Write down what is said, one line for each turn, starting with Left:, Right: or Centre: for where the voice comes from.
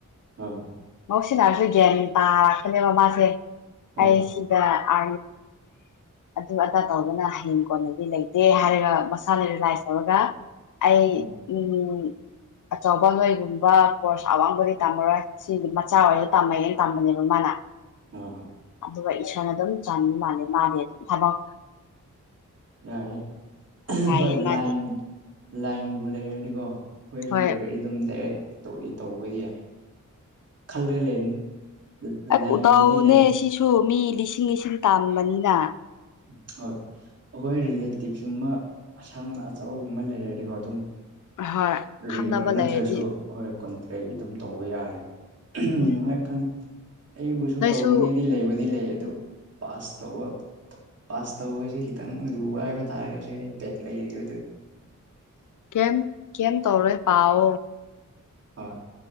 Right: ꯍ
Left: ꯉꯧꯁꯤꯟꯅꯔꯁꯨ ꯒ꯭ꯌꯥꯟ ꯇꯥꯔꯛꯄꯅꯦꯕ ꯃꯥꯁꯦ
Right: ꯍꯣꯏ
Left: ꯑꯩ ꯑ ꯑꯗꯨ ꯑꯗꯥ ꯇꯧꯗꯨꯅ ꯍꯌꯦꯡ ꯀꯣꯟꯅꯗꯤ ꯂꯩꯇꯦ ꯍꯥꯏꯔꯒ ꯃꯁꯥꯅ ꯔꯤꯂꯥꯏꯁ ꯇꯧꯔꯒ ꯑꯩ
Right: ꯍꯣꯏ
Left: ꯎꯝ ꯑꯆꯧꯕ ꯅꯣꯏꯒꯨꯝꯕ ꯀꯣꯔꯁ ꯑꯋꯥꯡꯕꯗꯤ ꯇꯝꯃꯔꯣꯏ ꯁꯤꯒꯨꯝꯕ <inaudible> ꯃꯆꯥꯋꯥꯣ ꯇꯝꯃꯦꯩꯅꯅ ꯇꯝꯕꯅꯦꯕ ꯃꯥꯅ
Right: ꯍꯣꯢ ꯍꯣꯢ
Left: ꯑꯗꯨꯒ ꯏꯁꯣꯔꯅ ꯑꯗꯨꯝ ꯆꯟꯕ ꯃꯥꯜꯂꯦ ꯃꯥꯅꯦ ꯑꯗꯨꯝ ꯊꯕꯛ
Right: ꯌꯥꯔꯦ
Left: ꯍꯥꯏꯌꯦ
Right: ꯍꯣꯏ
Left: ꯃꯥꯗꯤ
Right: ꯂꯥꯏ ꯂꯥꯏꯕꯨ ꯂꯩꯔꯗꯤꯀꯣ ꯈꯣꯏꯁꯨ
Left: ꯍꯣꯏ
Right: ꯂꯣꯏꯔꯗꯤ ꯑꯗꯨꯝ ꯗꯥꯏꯔꯦꯛ ꯇꯧꯗꯤ ꯇꯧꯕꯗꯤ ꯌꯥꯏ ꯈꯜꯂꯒ ꯂꯩꯕꯅꯤ
Left: ꯑꯗꯨ
Right: ꯂꯥꯏꯟꯕꯨꯗꯤ
Left: ꯗꯥꯎꯅꯦ
Right: ꯂꯩ
Left: ꯁꯤꯁꯨ ꯁꯨ ꯃꯤ ꯂꯤꯁꯤꯡ ꯂꯤꯁꯤꯡ ꯇꯝꯕꯅꯤꯅ
Right: ꯎꯝ ꯍꯣꯏ ꯑꯩꯈꯣꯏ ꯔꯤꯂꯦꯇꯤꯞ ꯁꯤꯒꯨꯝꯕ ꯑꯁꯪ ꯑꯆꯧꯕꯒꯨꯝꯕ ꯂꯩꯔꯗꯤꯀꯣ ꯑꯗꯨꯝ
Left: ꯍꯣꯏ ꯈꯪꯅꯕ
Right: ꯔꯤꯒꯨꯂꯔ ꯅꯠꯇ꯭ꯔꯁꯨ
Left: ꯂꯩꯔꯗꯤ
Right: ꯍꯣꯏ ꯀꯨꯟꯇꯔꯦꯠꯒꯤ ꯑꯗꯨꯝ ꯇꯧꯕ ꯌꯥꯏ
Left: ꯎꯝ
Right: ꯍꯣꯢ ꯈꯪꯗꯦ ꯑꯩꯕꯨꯁꯨ
Left: ꯅꯣꯏꯁꯨ
Right: ꯇꯧꯅꯤꯡꯉꯥꯏꯗꯤ ꯂꯩꯕꯨꯗꯤ ꯂꯩ ꯑꯗꯨ ꯄꯥꯁ ꯇꯧꯕ ꯄꯥꯁ ꯇꯧꯕꯁꯦ ꯈꯤꯇꯪ ꯂꯨꯕ ꯍꯥꯏꯕ ꯇꯥꯔꯦ ꯍꯧꯖꯤꯛ ꯑꯩ ꯕꯦꯛ ꯂꯩꯔꯤꯕꯗꯨ
Left: ꯀꯦꯝ ꯀꯦꯝ ꯇꯧꯔꯣꯏ ꯄꯥꯎ
Right: ꯍꯣꯏ